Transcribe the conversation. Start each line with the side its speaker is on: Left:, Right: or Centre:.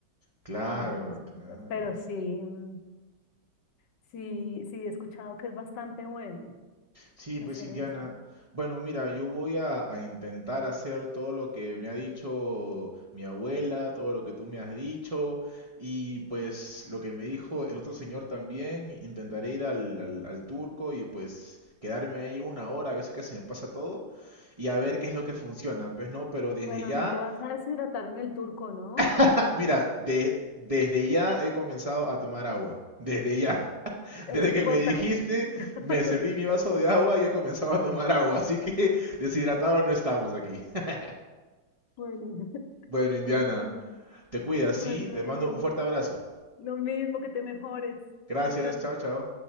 Right: Claro,
Left: Entonces,
Right: claro.
Left: pero sí, mm, sí, sí he escuchado que es bastante bueno
Right: Sí,
Left: hacer
Right: pues Indiana.
Left: eso.
Right: Bueno, mira, yo voy a, a intentar hacer todo lo que me ha dicho mi abuela, todo lo que tú me has dicho, y pues lo que me dijo el otro señor también. Intentaré ir al, al, al turco y pues quedarme ahí una hora, a ver si que se me pasa todo, y a ver qué es lo que funciona. Pues no, pero desde
Left: Bueno,
Right: ya,
Left: no te vas a deshidratar en el turco, ¿no?
Right: <laughs> mira, de- desde ya he comenzado a tomar agua. Desde ya.
Left: Es
Right: Desde
Left: importante.
Right: que me dijiste,
Left: <laughs>
Right: me serví mi vaso de agua y he comenzado a tomar agua, así que <laughs> deshidratados no estamos aquí. <laughs>
Left: Bueno, <laughs>
Right: Bueno, Indiana,
Left: muy bien.
Right: te cuidas,
Left: Bueno,
Right: sí, te
Left: Elio,
Right: mando un fuerte abrazo.
Left: lo mismo que te mejores.
Right: Gracias,
Left: Un abrazo.
Right: chao, chao.